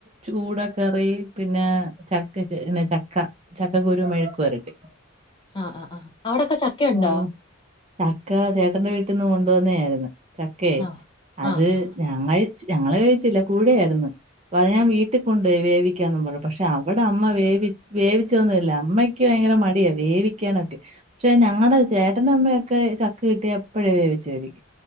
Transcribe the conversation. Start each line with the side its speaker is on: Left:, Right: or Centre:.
Right: ചൂടക്കറി പിന്നെ ചക്കന്നെ ചക്ക ചക്കക്കുരു മെഴക്ക്ു വരട്ടി
Left: ആ ആ ആ അവിടൊക്കെ ചക്കയുണ്ടോ
Right: ആ ചക്ക ചേട്ടന്റെ വീട്ടിന്ന് കൊണ്ടുവന്നേ ആയിരുന്ന്. ചക്കെ
Left: ആ
Right: അത്
Left: ആ ആ
Right: ഞാൻ കഴ ഞങ്ങൾ കഴിച്ചില്ല കൂടെ ആയിരുന്നു പ്പത് ഞാൻ വീട്ടി കൊണ്ടോയി വേവിക്കാന്നും പർഞ്ഞ്‌ പക്ഷെ അവിടെ അമ്മ വേവി വേവിച്ചൊന്നുല്ല അമ്മയ് ഭയങ്കര മടിയ വേവിക്കാനൊക്കെ പശേ ഞങ്ങടെ ചേട്ടന്റെ അമ്മയൊക്കെ ചക്ക കിട്ടിയ അപ്പഴേ വേവിച്ചു കഴിക്കും.